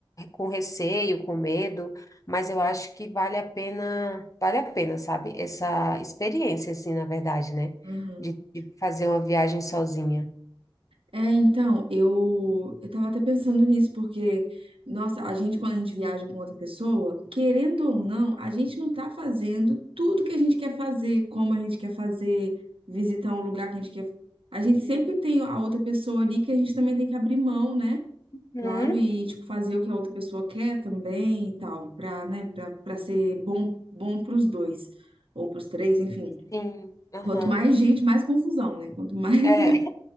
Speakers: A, on the left; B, on the right.
A: com receio, com medo, mas eu acho que vale a pena, vale a pena, sabe? Essa experiência, assim, na verdade, né?
B: Aham.
A: De, de fazer uma viagem sozinha.
B: É, então, eu, eu tava até pensando nisso, porque, nossa, a gente, quando a gente viaja com outra pessoa, querendo ou não, a gente não tá fazendo tudo que a gente quer fazer, como a gente quer fazer, visitar um lugar que a gente quer. A gente sempre tem a outra pessoa ali que a gente também tem que abrir mão, né?
A: Uhum,
B: Claro, e, tipo, fazer o que a outra pessoa quer também e tal, pra, né, pra, pra ser bom, bom pros dois, ou pros três, enfim.
A: sim, aham.
B: Quanto mais gente, mais confusão, né? Quanto mais,
A: É,